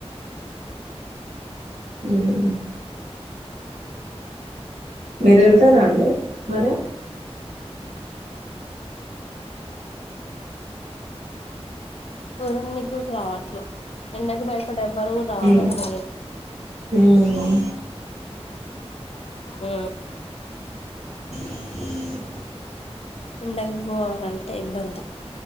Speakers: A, on the right; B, on the left.
A: హ్మ్ మీరు వెళ్తారా అండి మరి
B: పర్ కూడా రావట్లే ఎండకి భయప ఇప్పుడు ఎవ్వరు గూడా రావడం
A: మ్మ్
B: లేదు
A: మ్మ్
B: ఆ
A: హ
B: ఎండగపోవాలంటే ఇబ్బంది